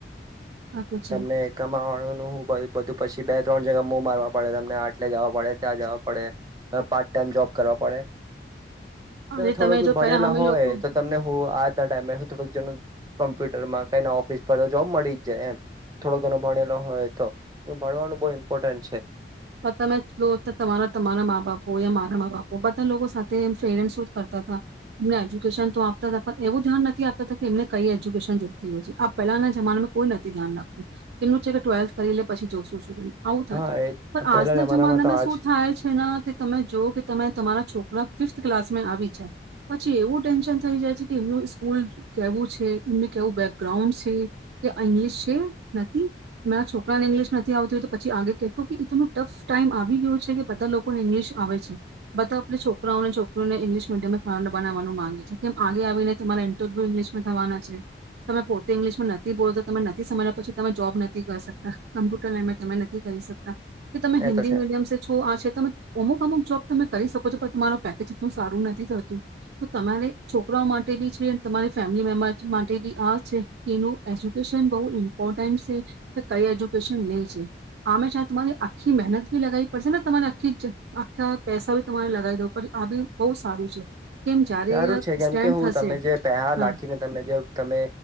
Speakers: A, on the right; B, on the right.
A: આ તો છે.
B: તમને કમાવાળો નું બધું પછી બે ત્રણ જગા મો મારવા પડે. આટલે જવા પડે, ત્યાં જવા પડે પાર્ટ ટાઈમ જોબ કરવા પડે.
A: અરે
B: તમે થોડુંક બી
A: જો
B: ભણેલા
A: પેલા અમે
B: હોય
A: લોકો
B: તો તમને હું આજના ટાઈમે હ થોડુંક જણ કોમ્પ્યુટર માં કઈ ઓફિસ પર તો જોબ મળી. એમ થોડો ઘણો ભણેલો હોય તો ભણવાનું બ ઇ્પોર્ટેન્ટ છે.
A: તમે તમારા તમારા મા બાપો યા મારા મા બાપ હો બધા લોકો સાથે ફેરેન્ટ કરતા હતાજુ. એ તો આપતા પણ એવું ધ્યાન નથી આપતા કે એમને કઈ એજ્યુકેશન જોઈતી હોય છે આ પહેલાના જમાનામાં કોઈ નથી ધ્યાન રાખતું એમનું છે કે ટ્વેલ્થ કરી લે પછી જોશું શું. આવું
B: હા
A: થતું
B: એ.
A: પણ આજના
B: પેલા
A: જમાનામાં
B: તો આજ
A: શું થાય છેના તે તમે જો કે તમે તમારા છોકરા ફિફથ ક્લાસમાં આવી જાય પછી એવું ટેન્શન થઈ જાય છે કે એમનું સ્કૂલ કેવું છે. એમનું કેવું બેકગ્રાઉન્ડ છે કે ઇંગ્લિશ છે નથી, તમારા છોકરા ને ઇંગ્લિશ નથી આવતી હો તો પછી આગે. ું ટફ ટાઈમ આવી ગયું છે કે બધા લોકોને ઈંગ્લિશ આવે છે. બધા આપે છોકરાઓને છોકરીઓને ઇંગ્લિશ મીડયમ બનાવાનું માંગે છે. કેમ આગે આવીને તમારા ઇન્ટરવ્યુ ઇંગ્લિશમાં થવાના છે. તમે પોતે ઇંગ્લિશમાં નથી બોલો તો તમે નથી સમજ્યા પછી તમે જોબ નથી કરી સકતા કમ્પ્યુટર લાઈનમાં તમે નથી કરી શકતા. કે તમે હિન્દી
B: એ તો છે
A: મીડિયમ છો આ છે. તમે અમુક અમુક જોબ તમે કરી શકો છો પણ તમારું પેકેજ એટું સારું નથી થતું તો તમારે છોકરાઓ માટે બી છે તમારી ફેમિલી મેમ્બર્ માટે બી આ છે. કે એનું એજ્યુકેશન બહુ ઇમ્પોર્ટન્ટ છે કે કઈ એજ્યુકેશન લે છે આમે તમારી આખી મહેનત બી લગાવી પડશે ને તમારે આખી આખા પૈસા ભી તમારે લગાવી દવું પડે આ બી બહુ સારું છે. કેમ જયારે
B: સારું
A: આ
B: છે કેમ
A: સ્ટેન્ડ
B: કે હું
A: થશે
B: તમે જે પેસા લખીને
A: હા
B: તમે જે તમે